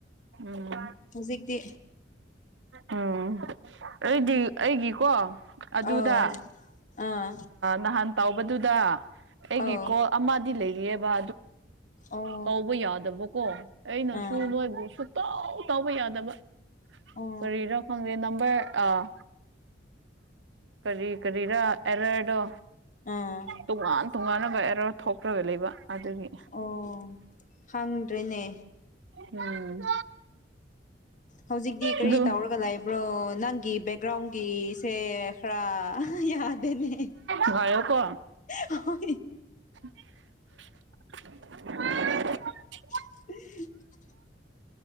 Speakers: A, on the right (about 85°); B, on the left (about 45°).
A: ꯎꯝ
B: ꯍꯧꯖꯤꯛꯇꯤ
A: ꯎꯝ ꯑꯩꯗꯤ ꯑꯩꯒꯤꯀꯣ ꯑꯗꯨꯗ
B: ꯑꯥ ꯑꯥ
A: ꯅꯍꯥꯟ ꯇꯥꯎꯕꯗꯨꯗ ꯑꯩꯒꯤ
B: ꯑꯧ
A: ꯀꯣꯜ ꯑꯃꯗꯤ ꯂꯩꯔꯤꯌ‌ꯦꯕ
B: ꯑꯣ
A: ꯇꯧꯕ ꯌꯥꯗꯕꯀꯣ ꯑꯩꯅꯁꯨ
B: ꯑꯥ
A: ꯅꯣꯏꯕꯨ ꯁꯨꯛꯇꯧ ꯇꯧꯕ ꯌꯥꯗꯕ
B: ꯑꯣ
A: ꯀꯔꯤꯔꯣ ꯈꯪꯗꯦ ꯅꯝꯕꯔ ꯑꯥ ꯀꯔꯤ ꯀꯔꯤꯔꯥ ꯑꯦꯔꯔꯗꯣ
B: ꯑꯥ
A: ꯇꯣꯉꯥꯟ ꯇꯣꯉꯥꯟꯅ ꯑꯦꯔꯔ ꯊꯣꯛꯔꯒ ꯂꯩꯕ ꯑꯗꯨꯒꯤ
B: ꯑꯣ ꯈꯪꯗ꯭ꯔꯦꯅꯦ
A: ꯎꯝ
B: ꯍꯧꯖꯤꯛꯇꯤ ꯀꯔꯤ
A: ꯑꯗꯨ
B: ꯇꯧꯔꯒ ꯂꯥꯛꯏꯕ꯭ꯔꯣ ꯅꯪꯒꯤ ꯕꯦꯛꯒ꯭ꯔꯥꯎꯟꯒꯤꯁꯦ ꯈꯔ ꯌꯥꯗꯦꯅꯦ
A: ꯉꯥꯏꯌꯣ ꯀꯣ
B: ꯍꯣꯏ
A: <inaudible>
B: <inaudible>